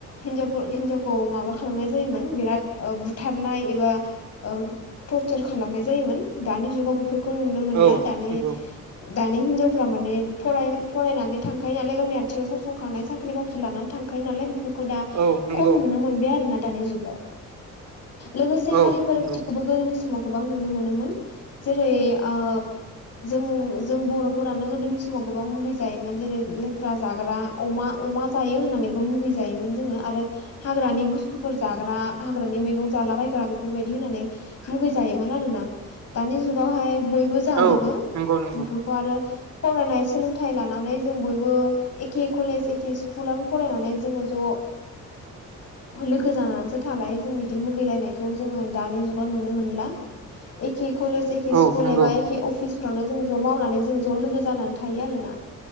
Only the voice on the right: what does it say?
औ
नंगौ
औ नंगौ
औ
नंगौ
औ नंगौ नंगौ
औ
नंगौ